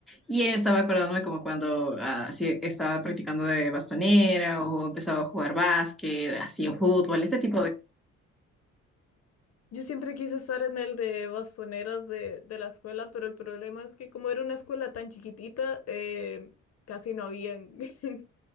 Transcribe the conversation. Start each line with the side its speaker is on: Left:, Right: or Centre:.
Centre: Y estaba acordándome como cuando ah, así estaba practicando de bastonera o empezaba a jugar básquet, así o fútbol, ese tipo de...
Left: Yo siempre quise estar en el de bastoneras de, de la escuela, pero el problema es que como era una escuela tan chiquitita, eh, casi no habían <laughs>